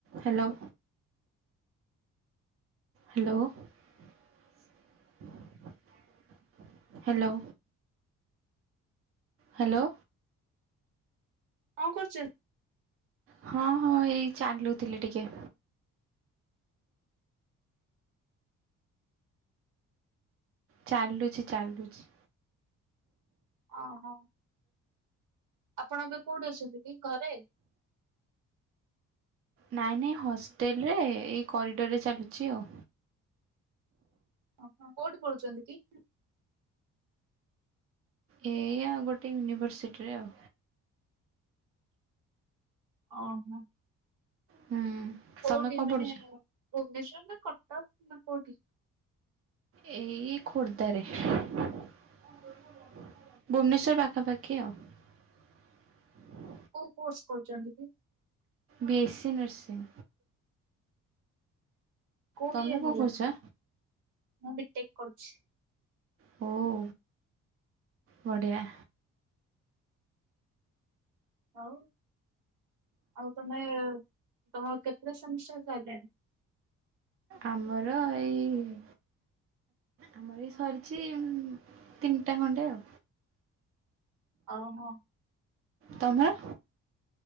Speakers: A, on the right (about 45°); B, on the right (about 80°).
A: Hello. Hello hello. Hello.
B: କଣ କରୁଚନ୍ତି?
A: ହଁ-ହଁ ଏଇ ଚାଲୁଥିଲି ଟିକେ। ଚାଲୁଛି-ଚାଲୁଛି।
B: ଓହୋ ଆପଣ ଏବେ କୋଉଠି ଅଛନ୍ତି କି ଘରେ?
A: ନାଇଁ-ନାଇଁ ହଷ୍ଟେଲ୍ ରେ ଏଇ କରିଡ଼ରରେ ଚାଲୁଚି ଆଉ।
B: ଓହୋ କୋଉଠି ପଢୁଚନ୍ତି କି?
A: ଏଇ ଆ ଗୋଟେ ୟୁନିଭର୍ସିଟିରେ ଆଉ।
B: ଓହୋ।
A: ହୁଁ।
B: କୋଉଠି
A: ତମେ କଣ
B: ମାନେ
A: ପଢ଼ୁଛ?
B: ଭୁବନେଶ୍ଵର ନା କଟକ ନା କୋଉଠି?
A: ଏଇ ଖୋର୍ଦ୍ଦାରେ ଭୁବନେଶ୍ଵର ପାଖାପା ଖି ଆଉ।
B: କୋଉ କୋର୍ସ କରୁଚନ୍ତି କି?
A: B S C nursing.
B: କୋଉ
A: ତମେ
B: ଇୟର
A: କଣ
B: ହେଲା?
A: କରୁଚ?
B: ମୁଁ ବିଟେକ୍ କରୁଛି।
A: ହଉ ବଢ଼ିଆ।
B: ହଉ ଆଉ ତମେ ତମର କେତେଟା ସେମିଷ୍ଟର ସଇଲାଣି?
A: ଆମର ଏଇ ଆମର ଏଇ ସରିଛି ତିନିଟା ଖଣ୍ଡେ ଆଉ।
B: ଓ ହୋ।
A: ତମର?